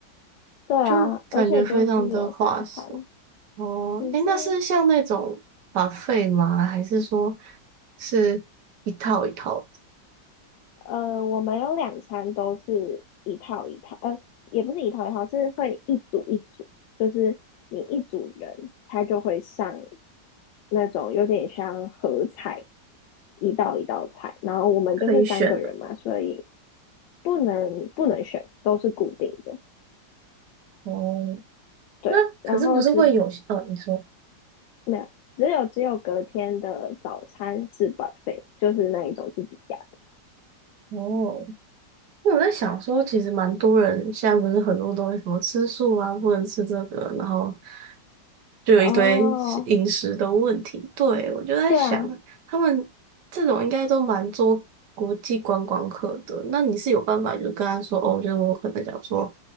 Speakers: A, on the left; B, on the right.
A: <laughs> 对啊，
B: 就感觉非常的划算。
A: 而且就是有三餐，
B: 哦，
A: 只是
B: 哎，那是像那种 b 费吗？还是说是一套一套
A: 呃，我们有两餐都是一套一套，呃，也不是一套一套，是会一组一组，就是你一组人，他就会上那种有点像合菜。一道一道菜，然后我们就是三个人嘛，
B: 可以选的？
A: 所以不能不能选，都是固定的。
B: 哦，
A: 对，
B: 那可是不是会有呃，
A: 然后只
B: 哦你说
A: 那只有只有隔天的早餐是 buffet，就是那一种自己加。
B: 哦，因为我在想说，其实蛮多人现在不是很多东西什么吃素啊，不能吃这个，然后就有一堆饮食的问题。
A: 哦，
B: 对，我就在想，
A: 对啊，
B: 他们这种应该都蛮做国际观光客的。那你是有办法就跟他说哦，就是我可能讲说